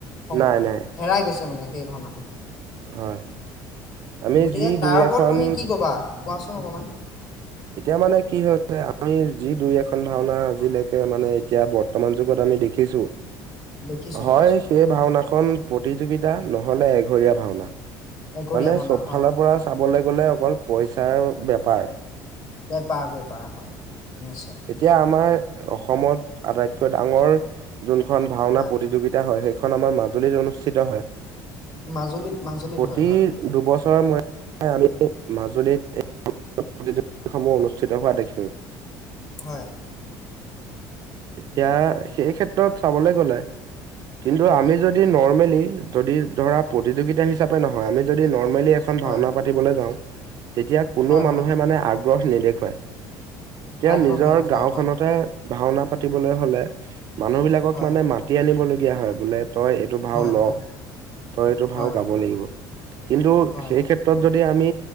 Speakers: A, on the left; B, on the right.
A: সং
B: নাই নাই
A: হেৰাই গৈ ছে মানে সেই ভাওনাসমূহ।
B: হয়। আমি
A: গতিকে
B: যি দুই
A: তাৰ ওপৰত
B: এখন
A: তুমি কি কবা কোৱাচোন অকণমান।
B: এতিয়া মানে কি হৈছে আমি যি দুই এখন খন ভাওনা আজিলৈকে
A: হয়
B: মানে এতিয়া বৰ্তমান যুগত আমি দেখিছো,
A: দেখিছো
B: হয়
A: দেখিছো
B: সেই ভাওনাখন প্ৰতিযোগিতা নহলে এক এঘৰীয়া ভাওনা,
A: এঘৰীয়া
B: মানে
A: ভাওনা
B: ছোব
A: হয়
B: ফালৰ পৰা চাব গলে অকল পইচাৰ উপায়
A: বেপাৰ বেপাৰ হয় নিশ্চয়
B: এতিয়া আমাৰ অসমত আটাইতকৈ ডাঙৰ যোনখন ভাওনা
A: হয়
B: প্ৰতিযোগিতা হয় সেইখন আমাৰ মাজুলীত অনুষ্ঠিত হয়,
A: মাজুলীত মাজুলীত
B: প্ৰতি
A: হয় হয়
B: দুবছৰৰ মূৰে আমি মাজুলীত <unintelligible> সমূহ অনুষ্ঠিত হোৱা দেখিম,
A: হয়
B: এতিয়া সেই ক্ষেত্ৰত চাবলৈ গলে কিন্তু আমি যদি নৰ ৰমেলি যদি ধৰা প্ৰতিযোগিতা হিচাপে নহয় আমি যদি নৰ্মেলি এখন
A: হয়
B: ভাওনা পাতিবলৈ যাওঁ। যেতিয়া কোনো
A: হয়
B: মানুহে
A: হয়
B: মানে আগ গ্ৰহ নেদেখুৱায়। এতিয়া
A: আগ্ৰহ
B: নিজৰ
A: নেদেখুৱাই
B: গাঁওখনতে।
A: হয়
B: ভাওনা পাতিবলৈ হ'লে মানুহবিলাকক
A: হয়
B: মানে মাতি আনিবলগীয়া হয়, বোলে তই এইটো ভাও
A: হয়
B: ল
A: হয়
B: তই এইটো ভাও
A: হয়
B: গাব লাগিব কিন্তু
A: হয়
B: সেই ক্ষেত্ৰত যদি যদি আমি